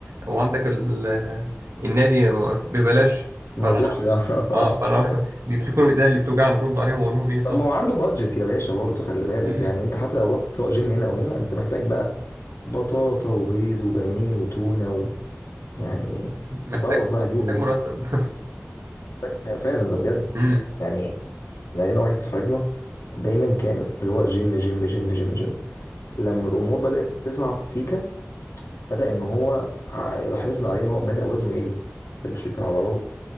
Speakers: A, on the right; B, on the left.
A: وعندك ال... ال- النادي ببلاش
B: ما
A: فانا
B: تروحش <laughs>
A: اه فانا <laughs> بيمسكوني من ايدينا اللي بتوجعني نرد عليهم واقول لهم ايه
B: طب
A: طب
B: ما هو عنده بادجت يا باشا برضو خلي بالك
A: امم
B: يعني انت حتى لو رحت سواء جيم هنا او هنا انت محتاج بقى بطاطا وبيض وبانيه وتونه و... يعني
A: محتاج
B: الباور بقى
A: محتاج
B: اجيبه منين
A: مرتب <laughs>
B: محتاج فعلا ده بجد
A: امم
B: يعني لقينا واحد صاحبنا دايما كان اللي هو جيم جيم جيم جيم جيم لما الامور بدات تصعب سيكا بدا ان هو ع- لاحظنا عليه ان هو بدا وزنه يقل في الش- في العضلات